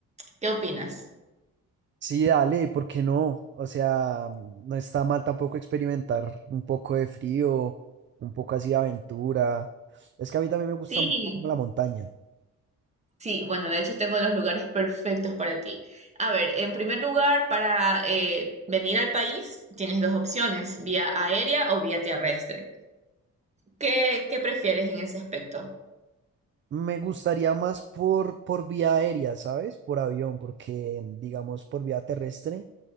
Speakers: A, on the right; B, on the right.
A: ¿Qué opinas?
B: Sí, dale, ¿por qué no? O sea, no está mal tampoco experimentar un poco de frío, un poco así de aventura. Es que a mí también me gusta
A: Sí,
B: mucho la montaña.
A: Sí, bueno, de hecho tengo los lugares perfectos para ti. A ver, en primer lugar, para eh, venir al país tienes dos opciones, vía aérea o vía terrestre. ¿Qué, qué prefieres en ese aspecto?
B: Me gustaría más por, por vía aérea, ¿sabes? Por avión, porque digamos por vía terrestre,